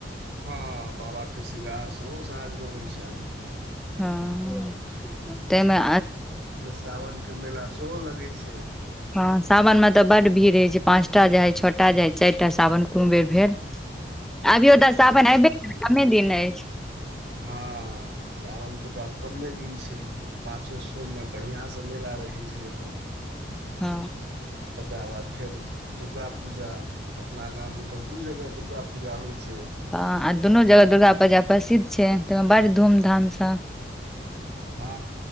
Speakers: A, on the right; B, in the centre.
A: हँ बाबाके श्रृंगार सेहो साँझमे होइ छैन।
B: हँ तमे।
A: सावनके मेला सेहो लगै छै।
B: ह सावन मे तऽ बड्ड भीड़ रहइ छै पाँचटा जाइ छओटा जाय चारि टा सावन कोनो बेर भेल। अभियो तऽ
A: ह
B: सावन अयबे कमे दिन अछि
A: हँ साावन के तऽ आब कम्मे। दिन छै तऽ पाचो सोम मे बढ़िआं से मेला रहै छै अपन।
B: हँ।
A: तकरा बाद फेर दुर्गा पूजा अपना गाम मे तऽ दू जगह दुर्गा पूजा होइ छै।
B: हँ आ दुनू जगह दुर्गा पूजा प्रसिद्ध छै। तहि बड़ धूम धामसँ।
A: आ